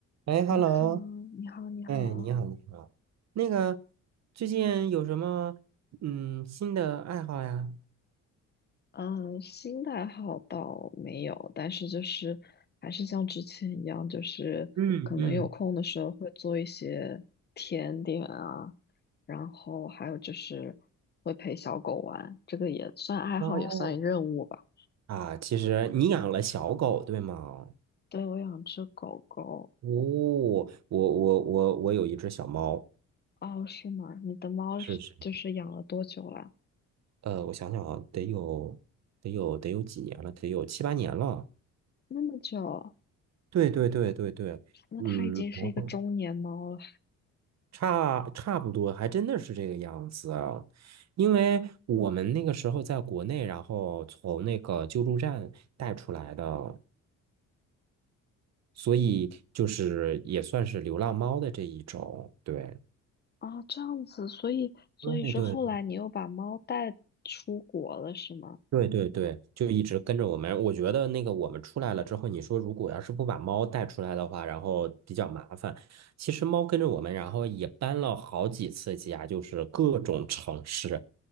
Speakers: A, on the right; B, on the left.
A: 哎，hello，
B: 你好，你好，你好。
A: 哎，你好，你好。那个，最近有什么嗯新的爱好呀？
B: 嗯，新的爱好倒没有，但是就是还是像之前一样，就是可能有空的时候会做一些甜点啊，
A: 嗯嗯，
B: 然后还有就是会陪小狗玩，这个也算爱好，
A: 哇哦！
B: 也算任务吧。
A: 啊，其实你养了小狗，对吗？哦，
B: 对，我养只狗狗。
A: 我我我我有一只小猫，
B: 哦，是吗？你的猫是就是养了多久了？
A: 是是。呃，我想想啊，得有得有得有几年了，得有七八年了。
B: 那么久，
A: 对对对对对，
B: 那它已经是一个中年猫了。
A: 嗯，然后。差差不多，还真的是这个样子啊。因为我们那个时候在国内，然后从那个救助站带出来的，所以就是也算是流浪猫的这一种。对，
B: 啊，这样子，所以所以是后来你又把猫带出国了，
A: 对对
B: 是吗？
A: 对对对，就一直跟着我们。我觉得那个我们出来了之后，你说如果要是不把猫带出来的话，然后比较麻烦。其实猫跟着我们，然后也搬了好几次家，就是各种城市。